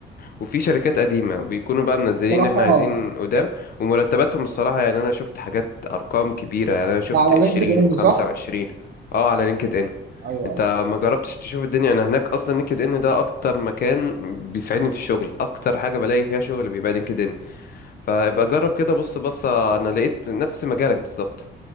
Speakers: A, on the left; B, on the right.
A: وفي شركات قديمة بيكونوا بقى منزلين
B: صراحة
A: ان احنا عايزين قدام ومرتباتهم الصراحة يعني انا شفت حاجات ارقام كبيرة يعني انا شفت
B: ده على
A: عشرين
B: لينكد ان
A: وخمسة
B: صح؟
A: وعشرين اه على لينكد ان
B: ايوه
A: انت
B: ايوه
A: ما جربتش تشوف الدنيا انا هناك اصلا لينكد ان ده اكتر مكان بيساعدني في الشغل اكتر حاجة بلاقي فيها شغل بيبقى لينكد ان فابقى جرب كده بص بص انا لقيت نفس مجالك بالظبط